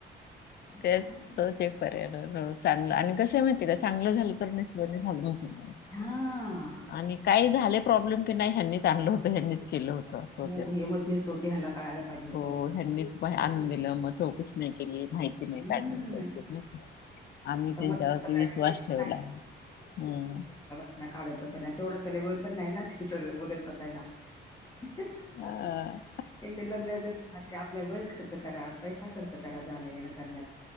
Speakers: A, on the left (about 55°); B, on the left (about 20°).
A: तेच
B: काय
A: तोच एक पर्याय नं चांगला आणि कसं माहितीय का चांगलं झालं तर
B: हा
A: <unintelligible> आणि काही झालं प्रॉब्लेम की नाही ह्यांनीच आणलं होतं, अन् ह्यांनीच केलं होतं. असं होते
B: हो हे मध्येसतं होते ह्यानला कळायला पाहिजे होतं
A: हो ह्यांनीच आणून दिलं मग चौकशी नाही केली, माहिती नाही
B: हम्म
A: काढलेली असं आम्ही
B: आता
A: त्यांच्यावरती
B: मध्यस्थ काय
A: विश्वास
B: डिटेक्टिव्ह
A: ठेवला, हम्म.
B: याना काढत बसायला आणि तेवढ्यात त्याला वेळ पण नाहीये ना ते सगळं बघत बसा सायला, हि, हं,
A: अ
B: हं इथं लग्न अजून आणि आपला वेळ खर्च करा, पैसा खर्च करा, जाणं येन करण्यात.